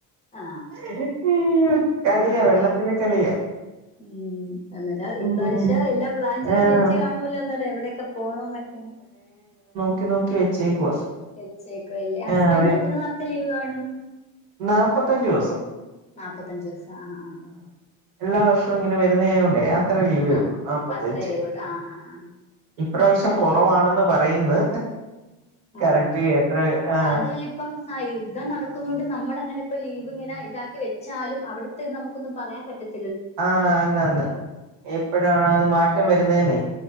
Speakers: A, on the left; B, on the right.
A: ആ
B: അയ്യോ കളിയാ
A: ആ അപ്പൊ
B: വെള്ളത്തില് കളിയാ
A: ഉം അന്നേരം ഈ
B: ഉം
A: പ്രാവശ്യം എല്ലാം പ്ലാൻ ചെയ്ത്
B: ആഹ്
A: വെച്ച് കാണൂല്ലോ അന്നേരം എവിടെയൊക്കെ പോണ എന്നൊക്കെ
B: ക്ക് നോക്കി വെച്ചേക്കുവാ
A: വെച്ചേക്കല്ലേ ഹസ്ബൻഡന്
B: ആഹ്
A: എത്ര നാളത്തെ ലീവ് കാണും
B: നാല്പ്പത്തഞ്ചു ദിവസം
A: നാപ്പത്തഞ്ച് വയസ ആഹ് ആഹ് ആഹ്
B: എല്ലാ വർഷവും ഇങ്ങനെ വരുന്ന ആയകൊണ്ടേ അത്ര ലീവേ
A: ആ
B: ഉള്ളു നാപ്പത്തഞ്ച്
A: അത്രേ ലീവ്ട്ടു ആ ആ ആ
B: ഇപ്രാവശ്യം
A: അങ്ങനെ
B: കുറവാണെന്ന് പറയുന്നു
A: ഓ
B: കറക്റ്റ് എത്ര ആ
A: അതുവല്ല ഇപ്പം ആ യുദ്ം നടക്കുന്ന കൊണ്ട് നമ്മളങ്ങനെ ഇപ്പ ലീവ് ഇങ്ങനെ ഇതാക്കി വെച്ചാലും അവിടുത്തെ നമുക്കൊന്നും പറയാൻ പറ്റത്തില്ല
B: ആഹ അന്നന്ന് എപ്പഴാണോ അത് മാറ്റം വരുന്നതെന്നെ